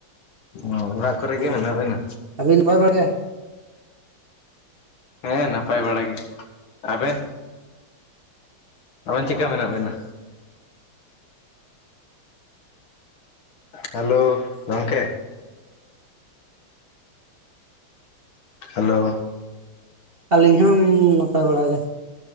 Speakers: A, on the left; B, on the right.
A: ᱚᱻ ᱚᱲᱟᱜ ᱠᱚ ᱨᱮ
B: ᱦᱮᱸ
A: ᱜᱮ ᱢᱮᱱᱟᱜ ᱵᱮᱱᱟ
B: ᱟᱹᱵᱤᱱ ᱱᱟᱯᱟᱭ ᱵᱟᱲᱟ ᱜᱮ
A: ᱦᱮᱸ ᱱᱟᱯᱟᱭ ᱵᱟᱲᱟ ᱜᱮ ᱟᱵᱮᱱ ᱟᱵᱮᱱ ᱪᱮᱠᱟ ᱢᱮᱱᱟᱜ ᱵᱮᱱᱟ ᱦᱮᱞᱳ ᱜᱚᱝᱠᱮ ᱦᱮᱞᱳ
B: ᱟᱹᱞᱤᱧ ᱦᱚᱸᱻ ᱱᱟᱯᱟᱭ ᱵᱟᱲᱟ ᱜᱮ